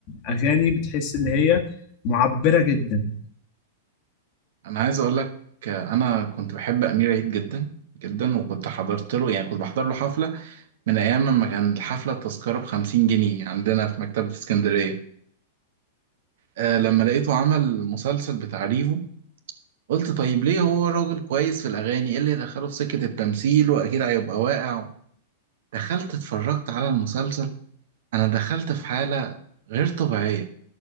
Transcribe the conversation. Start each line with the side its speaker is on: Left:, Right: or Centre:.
Left: أغاني بتحس إن هي معبرة جدا
Right: انا عايز اقول لك آه، انا كنت بحب امير عيد جدا جدا وكنت حضرت له يعني كنت بحضر له حفلة من ايام لما كان الحفلة التذكرة بخمسين جنيه عندنا في مكتبة اسكندرية أه لما لقيته عمل مسلسل بتاع ريفو قلت طيب ليه هو راجل كويس في الاغاني ايه اللي دخله في سكة التمثيل واكيد هيبقى واقع دخلت اتفرجت على المسلسل انا دخلت في حاله غير طبيعيه